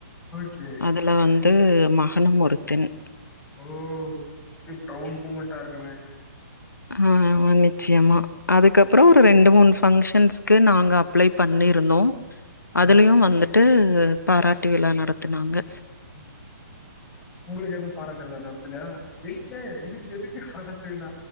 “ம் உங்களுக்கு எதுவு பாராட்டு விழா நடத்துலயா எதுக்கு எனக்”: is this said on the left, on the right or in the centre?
Left